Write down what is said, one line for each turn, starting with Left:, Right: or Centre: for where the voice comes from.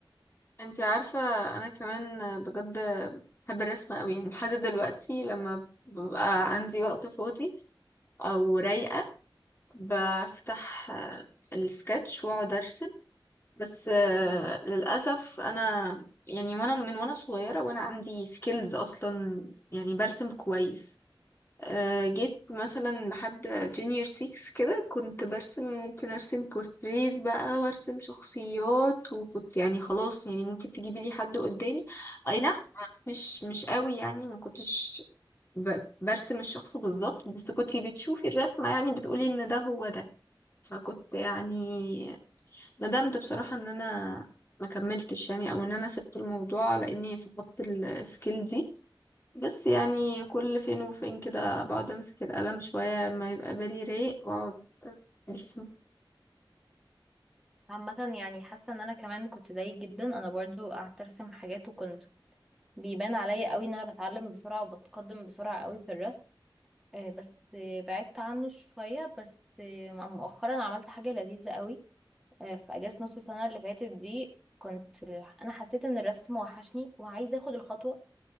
Left: انتي عارفة انا كمان بجد بحب الرسم قوي يعني لحد دلوقتي لما ببقى عندي وقت فاضي او رايقة بفتح آه، السكتش واقعد ارسم بس آه، للأسف انا يعني وانا من وانا صغيرة وانا عندي سكيلز اصلا يعني برسم كويس آه، جيت مثلا لحد جونيور 6 كده كنت برسم ممكن ارسم بورتريز بقى وارسم شخصيات وكنت يعني خلاص يعني ممكن تجيبي لي حد قدامي اي نعم مش مش قوي يعني ما كنتش ب- برسم الشخص بالظبط بس كنت بتشوفي الرسمة يعني بتقولي ان ده هو ده فكنت يعني ندمت بصراحة ان انا ما كملتش يعني او ان انا سبت الموضوع لاني فقدت السكيل دي بس يعني كل فين وفين كده بقعد امسك القلم شوية ما يبقى بالي رايق واقعد ارسم
Centre: عامة يعني حاسة ان انا كمان كنت زيك جدا انا برضو قعدت ارسم حاجات وكنت بيبان عليا قوي ان انا بتعلم بسرعة وبتقدم بسرعة قوي في الرسم آه، بس آه، بعدت عنه شوية بس آه، مؤخرا عملت حاجة لذيذة قوي آه، في اجازة نص السنة اللي فاتت دي كنت آه، انا حسيت ان الرسم وحشني وعايزة اخد الخطوة